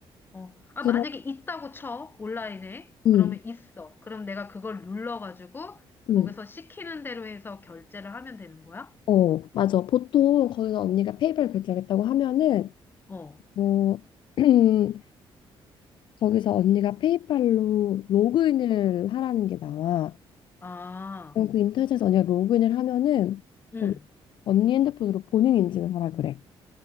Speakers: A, on the left; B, on the left.
A: 어, 아,
B: 그럼,
A: 만약에 있다고 쳐, 온라인에.
B: 응,
A: 그러면 있어. 그럼 내가 그걸 눌러가지고,
B: 응.
A: 거기서 시키는 대로 해서 결제를 하면 되는 거야?
B: 어, 맞아. 보통 거기서 언니가 페이팔 결제하겠다고 하면은,
A: 어,
B: 뭐, <clears throat> 거기서 언니가 페이팔로 로그인을 하라는 게 나와.
A: 아,
B: 그럼 그 인터넷에서 언니가 로그인을 하면은,
A: 응,
B: 거기 언니 핸드폰으로 본인 인증을 하라 그래.